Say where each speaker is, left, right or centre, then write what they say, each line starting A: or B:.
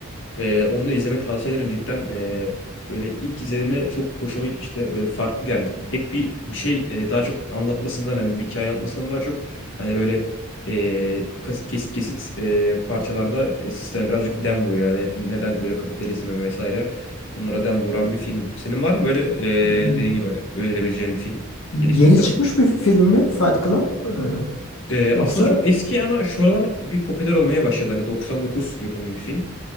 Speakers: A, on the left (about 65°); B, on the left (about 85°).
A: E, onu da izlemeni tavsiye ederim cidden. E, böyle ilk izlediğimde çok hoşuma gitmişti. Böyle farklı gelmişti. Pek bir bir şey e, daha çok anlatmasından hani bir hikaye anlatmasından daha çok hani böyle e, kas- kesit kesit e, parçalarda e, sisteme birazcık dem vuruyor. Yani neden böyle kapitalizme vesaire. Bunlara dem vuran bir film. Senin var mı böyle e,
B: Hı.
A: dediğin gibi önerebileceğin bir film?
B: Yeni
A: Eleştirisel.
B: çıkmış bir film mi Fight Club? Ee,
A: E,
B: yoksa
A: aslında çok eski ama şu aralar bir popüler olmaya başladı. Hani 99 yapımı bir film.